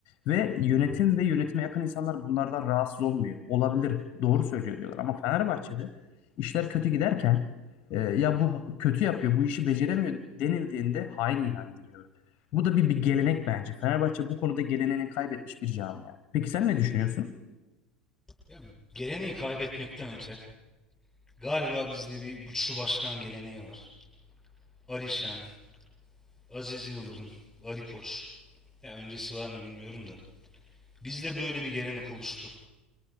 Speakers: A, on the left; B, in the centre.
A: Ve yönetim ve yönetime yakın insanlar bunlardan rahatsız olmuyor. Olabilir, doğru söylüyor diyorlar. Ama Fenerbahçe'de işler kötü giderken e, ya bu kötü yapıyor, bu işi beceremiyor denildiğinde hain ilan ediliyor. Bu da bir, bir gelenek bence. Fenerbahçe bu konuda geleneğini kaybetmiş bir camia. Peki sen ne düşünüyorsun?
B: Ya, geleneği kaybetmekten öte galiba bizde bir güçlü başkan geleneği var. Ali Şen, Aziz Yıldırım, Ali Koç. Ya öncesi var mı bilmiyorum da. Bizde böyle bir gelenek oluştu.